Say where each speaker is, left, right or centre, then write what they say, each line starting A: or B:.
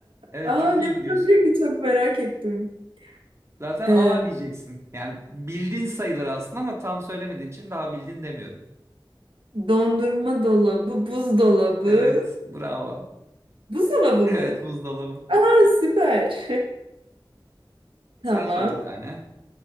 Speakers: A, on the right; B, on the right.
A: Evet
B: Aa
A: çok
B: ne
A: iyi gidiyorsun.
B: olabilir ki çok merak ettim.
A: Zaten
B: Ee,
A: A diyeceksin. Yani bildin sayılır aslında ama tam söylemediğin için daha bildin demiyorum.
B: dondurma dolabı, buzdolabı.
A: Evet, bravo.
B: Buzdolabı mı?
A: Evet, buzdolabı.
B: Aa süper. <laughs>
A: Sen
B: Tamam.
A: sor bir tane.